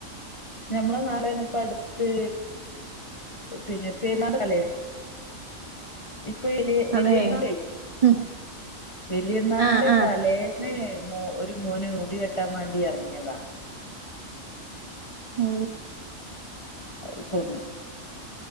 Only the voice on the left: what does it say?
ഞമ്മളെ നാടന്നപ്പ അടുത്ത് പിന്നെപ്പ എല്ലാം തലേ ഇപ്പൊ വില വലിയർന്നാൾ
വലിയുന്നാളന്റെ
തലേന്ന് മോ ഒരു മോന് മുടി വെട്ടാൻ വേണ്ടി എറങ്ങ്യേതാ
അ കൊന്ന്